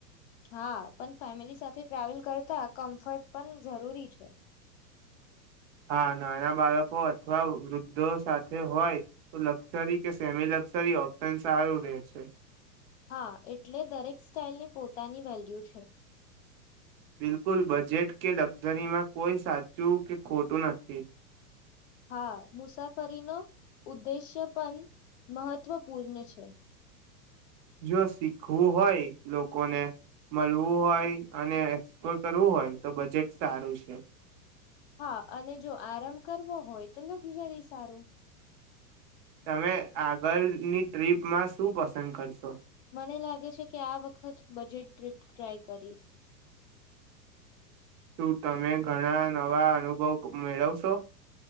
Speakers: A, on the left (about 45°); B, on the right (about 35°).
A: હા, પના ફેમિલી સાથે ટ્રાવેલ કરતા કમ્ફર્ટ પન જરૂરી છે.
B: હા, નાના બાળકો અથવા વૃદ્ધો સાથે હોય તો લક્સરી કે સેમી લક્સરી ઓપ્શન સારું રેહ છે.
A: હા, એટલે દરેક સ્ટાાઈલની પોતાની વેલ્યુ છે.
B: બિલકુલ બજેટ કે લક્ઝરીમાં કોઈ સાચું કે ખોટું નથી.
A: હા મુસાફરીનો ઉદ્દેશ્ય પણ મહત્વપૂર્ણ છે.
B: જો શીખવું હોય લોકોને મળવું હોય અને એક્સપ્લોર કરવું હોય તો બજેટ સારું છે.
A: હા અને જો આરામ કરવો હોય તો લક્ઝરી સારું
B: તમે આગળની ટ્ર્રીપમાં શું પસંદ કરશો
A: મને લાગે છે કે આ વખત બજેટ ટ્રીપ ટ્રાય કરીશ
B: શું તમે ઘણા નવા અનુભવ મેળવશો